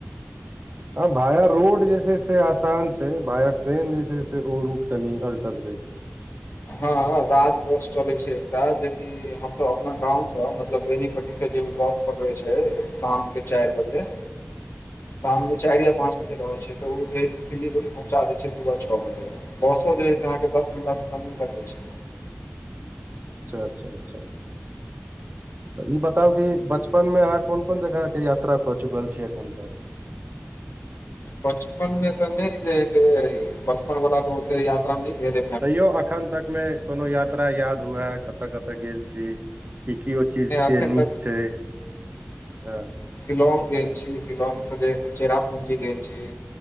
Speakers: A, on the right (about 40°); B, on the left (about 70°).
A: आ भाया रोड जे छै से आसान छै भाया ट्रेन जे छै से ओ रूट कनि अल्टर छै
B: हँ राज बस चल छै एकटा जेकि हम तऽ अपना गाँंव मतलब बेनी पट्टी से जे बस पकड़े छै शाम के चारि बजे
A: <inaudible>
B: शाममे चाइर या पाँच बजे रहै छै तऽ ओ जे छै से सिलीगुड़ी पहुचा द छै सुबह छओ बजे बसो जे से अहाँकेँ दस घंटास से कम नहि लगै छै,
A: अच्छा अच्छा तऽ ई बताउ कि बचपन मे अहाँ कोन कोन जगह के यात्रा कऽ चुकल छियै एखन तक।
B: बचपन मे तऽ नहि जैसे बचपन वाला तऽ ओते याता नै भेले
A: तैयो अखन तक मे कोनो यात्रा याद हुए कतय कतय गेल छी कि चीज
B: एखन
A: के नीक छै ह
B: शिलग गेल छी सिलग सँ चेरापुंजी गेल छी,